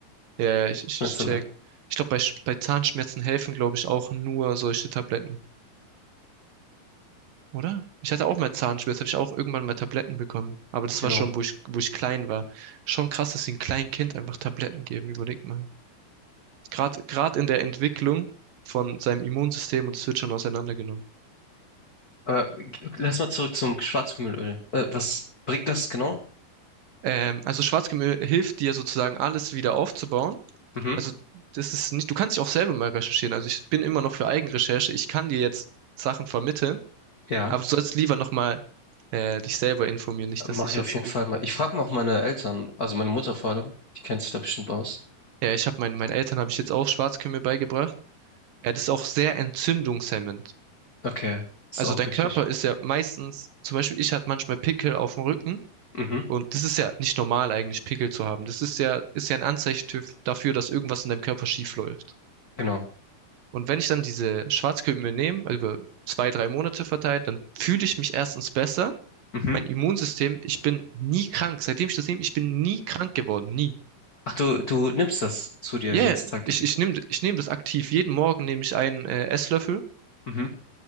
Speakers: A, on the right (about 65°); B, on the left (about 55°).
A: Ja, ja, ich, ich,
B: Schmerztabletten.
A: ich check. Ich glaube, bei, Sch- bei Zahnschmerzen helfen, glaube ich, auch nur solche Tabletten, oder? Ich hatte auch mal Zahnschmerzen, habe ich auch irgendwann mal Tabletten bekommen. Aber das
B: Genau.
A: war schon, wo ich, wo ich klein war. Schon krass, dass sie einem kleinen Kind einfach Tabletten geben, überleg mal. Gerade, gerade in der Entwicklung von seinem Immunsystem und es wird schon auseinandergenommen.
B: Aber g- lass mal zurück zum Schwarzkümmelöl. Äh, was bringt das genau?
A: Ähm, also Schwarzgemüse hilft dir sozusagen alles wieder aufzubauen
B: Mhm.
A: Also, das ist nicht, du kannst dich auch selber mal recherchieren. Also, ich bin immer noch für Eigenrecherche. Ich kann dir jetzt Sachen vermitteln,
B: Ja,
A: aber du sollst lieber nochmal äh, dich selber informieren. Nicht,
B: mache
A: dass ich
B: ich
A: jetzt,
B: auf jeden
A: irgend-
B: Fall mal. Ich frage mal auch meine Eltern, also meine Mutter vor allem, die kennt sich da bestimmt aus.
A: ja, ich habe meinen meinen Eltern habe ich jetzt auch Schwarzkümmel beigebracht. Ja, das ist auch sehr entzündungshemmend.
B: Okay, ist
A: Also,
B: auch
A: dein
B: wichtig.
A: Körper ist ja meistens, zum Beispiel, ich hatte manchmal Pickel auf dem Rücken.
B: Mhm,
A: Und das ist ja nicht normal eigentlich, Pickel zu haben. Das ist ja, ist ja ein Anzeichen dafür, dass irgendwas in deinem Körper schief läuft.
B: genau.
A: Und wenn ich dann diese Schwarzkümmel nehme, also über zwei, drei Monate verteilt, dann fühle ich mich erstens besser.
B: Mhm.
A: Mein Immunsystem, ich bin nie krank. Seitdem ich das nehme, ich bin nie krank geworden. Nie.
B: Ach, du, du nimmst das zu dir
A: Ja,
B: jetzt
A: ja,
B: tagtäglich.
A: ich, ich nehme ich nehm das aktiv. Jeden Morgen nehme ich einen äh, Esslöffel
B: Mhm.